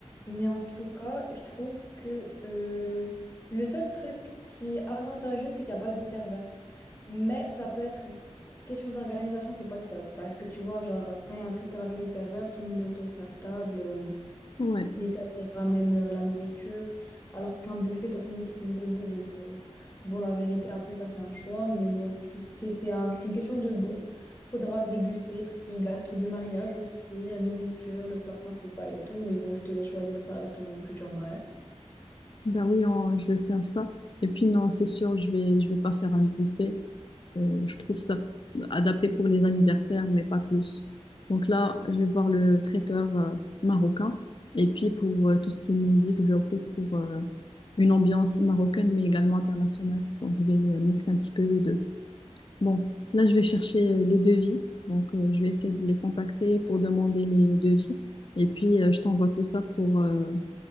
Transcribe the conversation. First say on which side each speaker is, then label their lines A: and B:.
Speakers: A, on the left; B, on the left.
A: mais en tout cas, je trouve que euh, le seul truc qui est avantageux, c'est qu'il n'y a pas de serveur. Mais ça peut être question d'organisation, c'est pas le top. Parce que tu vois, genre, quand il y a un traiteur avec les serveurs, tout le monde est autour de sa table. euh,
B: Ouais,
A: les serveurs ramènent euh, la nourriture, alors qu'un buffet, t'as tout le monde qui se met debout. Donc, euh, bon, la vérité, après, ça, c'est un choix. Mais bon, tout ce c'est c'est un- c'est une question de goût. Faudra déguster tout ce qui est gâteau de mariage aussi, euh, nourriture, le plat principal et tout. Mais bon, je te laisse choisir ça avec ton futur mari.
B: ben oui, on- je vais faire ça. Et puis non, c'est sûr, je vais, je vais pas faire un buffet. Euh, je trouve ça adapté pour les anniversaires, mais pas plus. Donc là, je vais voir le traiteur euh, marocain. Et puis pour euh, tout ce qui est musique, je vais opter pour euh, une ambiance marocaine, mais également internationale. Donc je vais euh, mixer un petit peu les deux. Bon, là, je vais chercher euh, les devis. Donc euh, je vais essayer de les contacter pour demander les devis. Et puis euh, je t'envoie tout ça pour, euh,